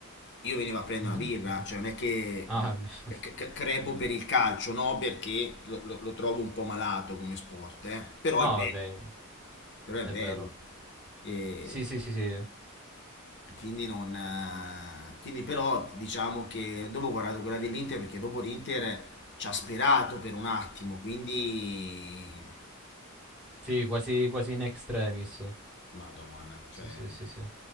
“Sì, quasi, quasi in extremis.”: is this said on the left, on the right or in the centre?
Centre